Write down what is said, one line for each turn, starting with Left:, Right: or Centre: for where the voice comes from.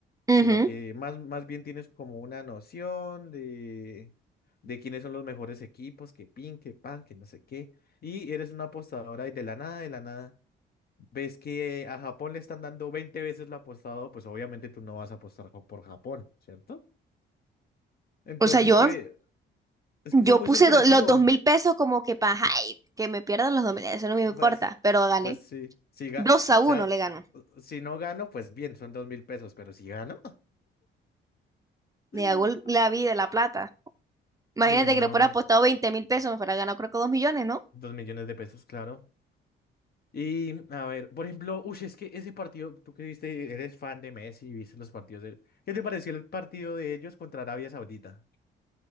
Right: Ujú.
Left: Sino que más, más bien tienes como una noción de, de quiénes son los mejores equipos, que pin, que pan, que no sé qué. Y eres una apostadora y de la nada, de la nada, ves que a Japón le están dando 20 veces lo apostado, pues obviamente tú no vas a apostar jo- por Japón, ¿cierto? Entonces
Right: O sea, yo,
Left: fue, es
Right: Yo
Left: que fue muy
Right: puse
Left: sorpresivo.
Right: do- los dos mil pesos como que para, ay, que me pierdan los dos mil, eso no me importa,
Left: Pues,
Right: pero gané.
Left: pues sí, sí, ga-
Right: dos
Left: o
Right: a uno
Left: sea,
Right: le ganó.
Left: si no gano, pues bien, son dos mil pesos, pero si gano,
Right: Le
Left: <laughs>
Right: hago el- la vida, la plata. Imagínate
Left: uy, no,
Right: que le fuera apostado veinte mil pesos, me fuera ganado creo que dos millones, ¿no?
Left: dos millones de pesos, claro. Y a ver, por ejemplo, uy, es que ese partido, tú que viste, eres fan de Messi y viste los partidos de... ¿Qué te pareció el partido de ellos contra Arabia Saudita?